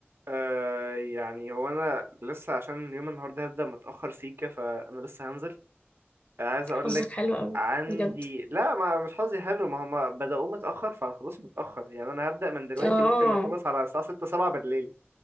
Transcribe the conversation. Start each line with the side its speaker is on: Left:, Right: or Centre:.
Right: آه يعني هو انا لسه عشان يوم النهارده هبدأ متأخر سيكة فانا لسه هنزل عايز اقول
Left: حظك
Right: لك
Left: حلو قوي
Right: عندي
Left: بجد
Right: لا ما مش حظي حلو ما هم بدأوه متأخر فانا خلاص متأخر يعني انا هبدأ من دلوقتي
Left: اه
Right: ممكن اخلص على الساعة 6 7 بالليل